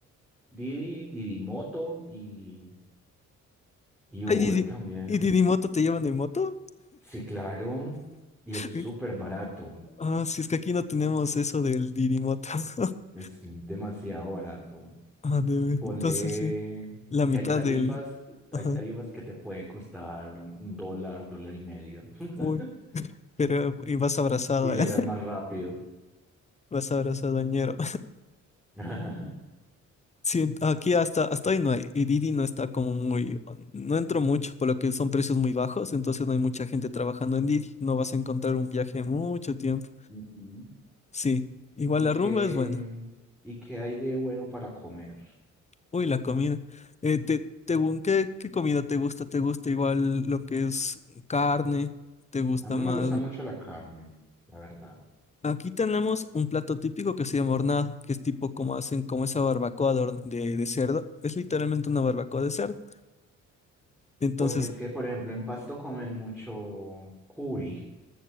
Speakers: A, in the centre; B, on the left.
A: Didi, Didi Moto y, y Uber
B: Ay, Didi-
A: también.
B: ¿y Didimoto te llevan en moto?
A: Sí, claro. Y es súper
B: Eh,
A: barato.
B: Ah, si es que aquí no tenemos eso del Didimoto. <laughs>
A: Es demasiado barato.
B: Ah, de-
A: Ponle
B: entonces sí, la mitad
A: que hay tarifas,
B: del...
A: hay
B: Ajá.
A: tarifas que te pueden costar un dólar, dólar y medio. <laughs>
B: Uy, pero y vas abrazado,
A: Y llegas
B: <laughs> ¿eh?
A: más rápido.
B: Vas abrazado al ñero.
A: <laughs>
B: Sí, aquí hasta, hasta hoy no hay, y Didi no está como muy, no entro mucho, por lo que son precios muy bajos, entonces no hay mucha gente trabajando en Didi, no vas a encontrar un viaje mucho tiempo.
A: Ujú.
B: Sí, igual
A: ¿Y
B: la rumba
A: qué,
B: es buena.
A: y qué hay de bueno para comer?
B: Uy, la comida. Eh, te, te gu- ¿qué, qué comida te gusta? ¿Te gusta igual lo que es carne? ¿Te gusta
A: A mí
B: más?
A: me gusta mucho la carne, la verdad.
B: Aquí tenemos un plato típico que se llama hornado, que es tipo como hacen como esa barbacoa de, hor- de de cerdo. Es literalmente una barbacoa de cerdo. Entonces
A: Porque es que, por ejemplo, en Pasto comen mucho cuy.